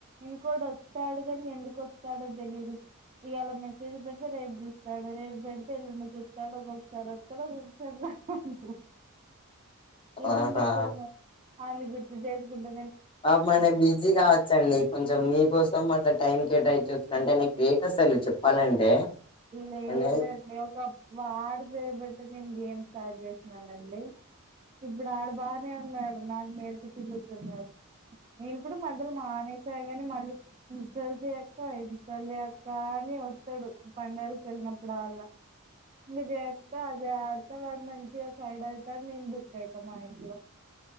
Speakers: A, on the right; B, on the left.
A: ఇంకోడు వస్తాడు కానీ ఎందుకు వస్తాడో తెలీదు ఇవాలా మెసేజ్ పెడితే రేపు చూస్తాడు రేపు పెడితే ఎల్లుండి చూస్తాడు ఒక్కొక్కసారి వస్తాడు ఒక్కొక్కసారి రాడు ఎందుకో
B: ఆహా
A: మరి ఆన్నిగుర్తు చేసుకుంటే
B: ఏమైనా బిజీ కావచ్చండి కొంచెం మీకోసం అట్లా టైం కేటాఇంచి వస్తుంటే నాకు గ్రేట్ అసలు చెప్పాలంటే
A: లేదండి
B: అంటే
A: ఒక వాడు చేయబట్టి నేను గేమ్స్ స్టార్ట్ చేసినానండి ఇప్పుడు ఆడు బానే ఉన్నాడు నాకు నేర్పించి కూర్చున్నాడు. నేను కూడా మధ్యలో మానేసా కాని మళ్ళీ ఇన్స్టాల్ చేయక్క ఇన్స్టాల్ చేయక్కా అని వస్తాడు. పండగల్కి వెళ్ళినప్పుడు అల్ల ఇదిత్తె అదే ఆడతావా మంచిగా స్కొ సైడ్ అవుతాడ్ నేను బుక్ అవుతా మా ఇంట్లో